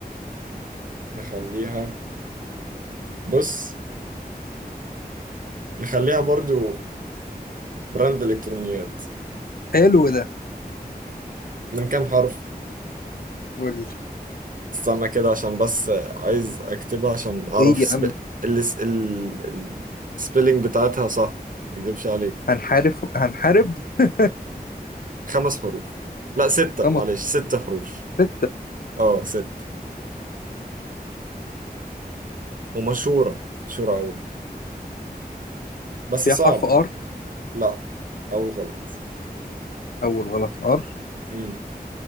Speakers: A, on the right; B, on the left.
A: نخليها بص نخليها برضو براند إلكترونيات
B: حلو ده
A: من كام حرف؟
B: قول لي
A: استنى كده عشان بس عايز أكتبها عشان أعرف
B: ايه يا
A: سب...
B: عم
A: ال... ال... السبيلينج بتاعتها صح ما أكدبش عليك
B: هنحارب هنحارب <laughs>
A: خمس حروف لا ستة
B: خمس
A: معلش ست حروف
B: ستة
A: أه ست ومشهورة مشهورة أوي بس
B: فيها
A: صعبة
B: حرف ار
A: لا أول غلط
B: اول غلط ار
A: امم